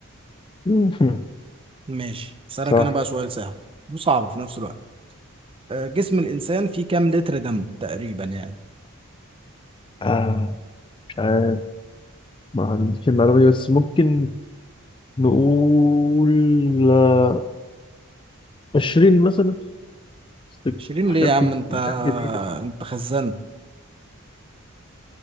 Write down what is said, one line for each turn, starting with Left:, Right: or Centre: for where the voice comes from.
Left: <laughs>
Right: ماشي اسألك
Left: صح
Right: انا بقى سؤال سهل وصعب في نفس الوقت آه، جسم الانسان فيه كام لتر دم تقريبا يعني
Left: آه مش عارف ما عنديش المعلومة دي بس ممكن نقول آه، عشرين مثلا مش
Right: شيرين ليه
Left: عارف
Right: يا عم
Left: كده-
Right: انت
Left: مش عارف كده.
Right: انت خزان